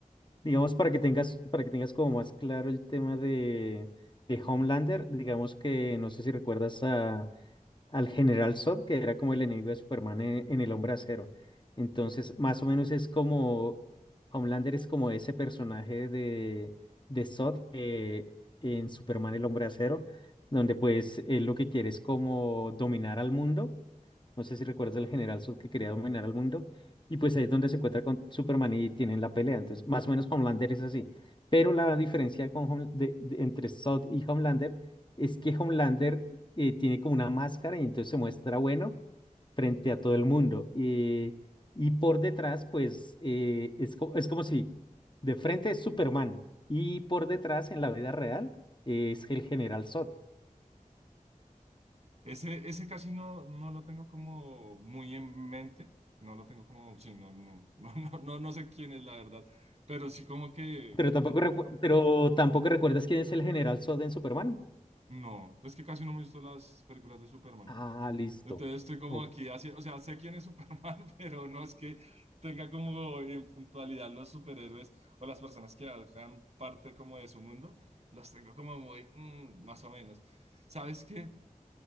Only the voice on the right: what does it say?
Ese, ese casi no, no lo tengo como muy en mente, no lo tengo como, sí, no, no, <laughs> no, no, no, no sé quién es la verdad, pero sí como que,
mm,
no, es que casi no me he visto las películas de Superman.
Entonces estoy como
aquí, así, o sea, sé quién es Superman, <laughs> pero no es que tenga como en puntualidad los superhéroes o las personas que hagan parte como de su mundo, los tengo como muy, mm, más o menos. ¿Sabes qué?